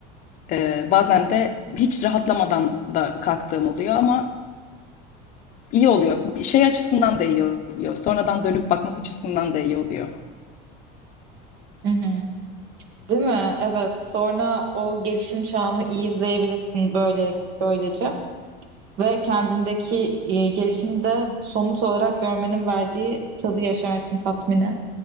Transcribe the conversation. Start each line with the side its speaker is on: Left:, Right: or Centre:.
Left: e, bazen de hiç rahatlamadan da kalktığım oluyor ama iyi oluyor. Bir Şey açısından da iyi oluyor. Sonradan dönüp bakmak açısından da iyi oluyor.
Right: Hı hı. Değil mi? Evet. Sonra o gelişim çağını iyi izleyebilirsin böyle böylece ve kendindeki e, gelişimi de somut olarak görmenin verdiği tadı yaşarsın tatmini.